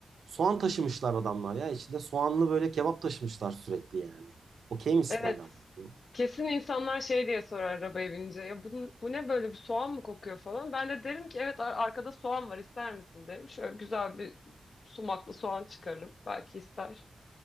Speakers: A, on the right; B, on the left.
A: Soğan taşımışlar adamlar ya. İçinde soğanlı böyle kebap taşımışlar sürekli yani. Okey misin
B: Evet.
A: hala? bu?
B: Kesin insanlar şey diye sorar arabaya binince. Ya bu, bu ne böyle bir soğan mı kokuyor falan. Ben de derim ki evet ar- arkada soğan var ister misin derim. Şöyle güzel bir sumaklı soğan çıkarırım. Belki ister.